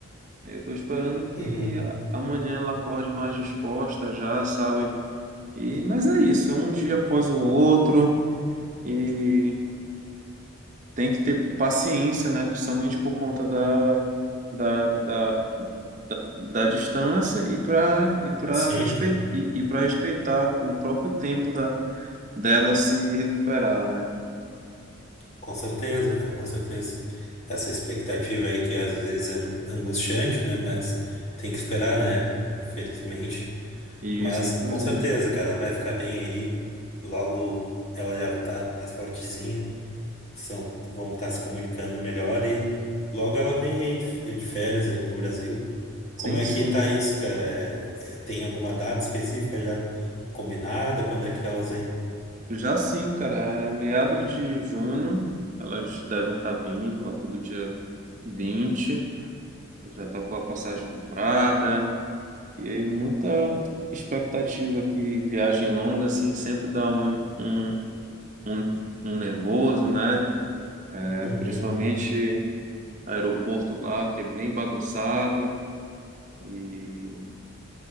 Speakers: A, on the right; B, on the left.
A: Eu tô esperando que
B: uhum.
A: a- amanhã ela acorde mais disposta já, sabe? E, mas é isso, é um dia após o outro e tem que ter paciência, né? Principalmente por conta da, da, da, da distância e para e para
B: Sim,
A: respe,
B: cara,
A: e, e para respeitar o próprio tempo da, dela se recuperar, né?
B: com certeza, cara, com certeza. Essa expectativa aí que às vezes é angustiante, né? Mas tem que esperar, né? Infelizmente.
A: E
B: Mas
A: isso,
B: com
A: pois
B: certeza,
A: é.
B: cara, ela vai ficar bem aí. Logo ela já tá mais fortezinha. São, vão estar se comunicando melhor e logo ela vem aí de, de férias aí pro Brasil.
A: Sim,
B: Como é
A: sim.
B: que tá isso, cara? É- é- tem alguma data específica já combinada? Quando é que elas vêm?
A: Já sim, cara, é meados de junho, elas devem estar vindo lá pelo dia vinte já está com a passagem comprada. E aí muita expectativa que viagem longa, assim, sempre dá um, um, um, um nervoso, né? É,
B: Uhum.
A: principalmente aeroporto lá, que é bem bagunçado. E